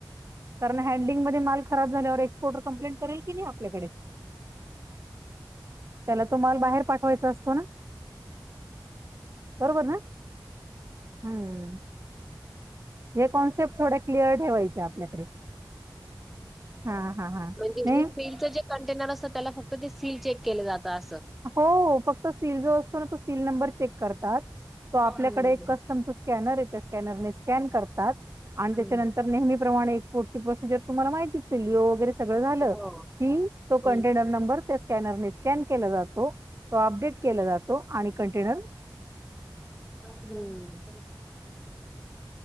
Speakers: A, on the right; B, in the centre.
A: कारण हॅडलिंगध्ये माल खराब झाल्यावर एक्सपोर्टर कम्प्लेंट करेल की नाही आपल्याकडे. त्याला तो माल बाहेर पाठवायचा असतो ना? बरोबर ना? हम्म. ह्या कॉन्सेप्ट थोड्या क्लिअर ठेवायच्या आपल्याकडे. हा हा हा.
B: म्हणजे
A: नाही
B: हे सीलचं
A: -
B: जे कंटेनर असत. त्याला फक्त ते सील चेक केलं जातं असं.
A: हो फक्त सील जो असतो ना? तो सील नंबर चेक करतात. तो आपल्याकडे
B: हम्म
A: एक कस्टमच स्कॅनरये. त्या स्कॅनरने स्कॅन करतात. आणि
B: हम्म
A: त्याच्यानंतर नेहमीप्रमाणे एक्सपोर्टची प्रोसिजर तुम्हाला माहितीेचए. लिओ वगैरे सगळं झालय.
B: हो
A: कि तो
B: हम्म
A: कंटेनर नंबर, त्या स्कॅनर न- स्कॅन केला जातो. तो अपडेट केला जातो. आणि कंटेनर -
B: हम्म.